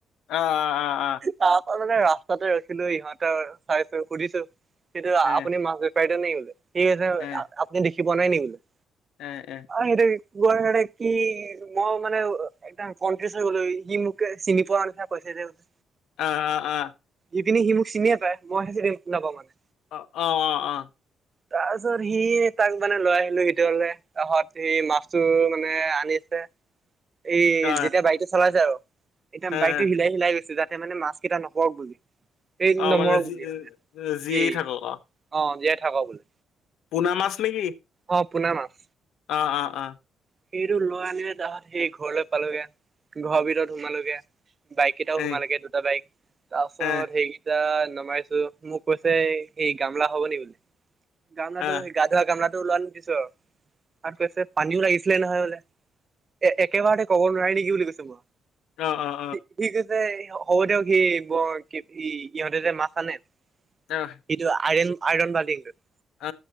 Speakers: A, on the left; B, on the right.
A: অ' অ', অ', অ'।
B: তাৰপা মানে ৰাস্তাতে ৰখিলো ইহঁতৰ চাইছো সুধিছো, সেইটো
A: এ
B: আপুনি মাছবে <unintelligible> সি <unintelligible>
A: এ
B: আ-আপুনি দেখি পোৱা নাই নি বোলে?
A: এ', এ'।
B: <unintelligible> কি মও মানে <unintelligible> একদম কনফিউচ হৈ গ'লো। সি মোকে চিনি পোৱা নি পইচা দিয়া বোলে।
A: আ', আ', আ'।
B: ইপিনি সি মোক চিনিয়ে পাই, মই হে চিনি না-নাপাও মানে।
A: অ', অ', অ', অ'।
B: তাৰপিছত সি তাক মানে লৈ আহিলো ভিতৰলে, তাহত সি মাছটো মানে আনিছে। এই
A: অ
B: যেতিয়া বাইকটো চলাইছে আৰু, এতিয়া
A: এ এ
B: বাইকটো হিলাই-হিলাই গৈছে। যাতে মানে মাছ কেইটা নকৰক বুলি। এই
A: অ',
B: নমৰক
A: মানে জী-জী
B: বুলি মানে এই
A: থাকক আও।
B: অ', জীয়াই থাকক বোলে।
A: পুনা মাছ নেকি?
B: অ পুনা মাছ।
A: অ অ অ।
B: সেইটো লৈ আনিলে তাহাঁত সেই ঘৰলৈ পালোগে, ঘৰৰ ভিতৰত সোমালোগে। বাইক কেইটাও
A: এ
B: সোমালেগে দুটা বাইক। তাৰ পাছত
A: এ
B: হেৰি টা নমাইছো। মোক কৈছে সেই এই গামলা হব নে বুলি, গামলাটো
A: আহ
B: সেই গাত ধৰা গামলাটো ওলোৱা আনি দিছো। আৰু কৈছে পানীও লাগিছিলে নহয় বোলে। এ একেবাৰতে কব নোৱাৰে নেকি বুলি কৈছো মই।
A: অ অ।
B: সি-সি কৈছে হ'ব দিয়ক বৰ কি ই ইহঁতে যে মাছ আনে
A: অহ।
B: সেইটো আইৰন-আইৰণ বাল্টিংটোত।
A: আ,